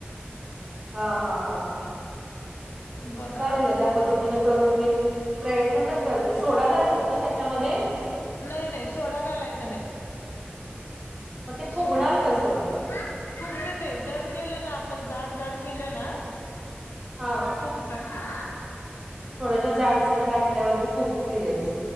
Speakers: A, on the left; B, on the right.
A: बबर
B: हा हा हा
A: बघा
B: चाले लना. त्या पद्धतीन करून मी प्रयत्न तर करते. सोडा घालतात का त्याच्यामध्ये
A: नाही नाही सोडा घालायच नाही.
B: मग ते फुगणार
A: सोडा काय
B: कसं
A: फुगत ते जड केलं ना आपण जाड जाड केलं ना.
B: हा.
A: पुघतात त्या.
B: थोडस जाडसर लाटल्यावरती फुकतीलच.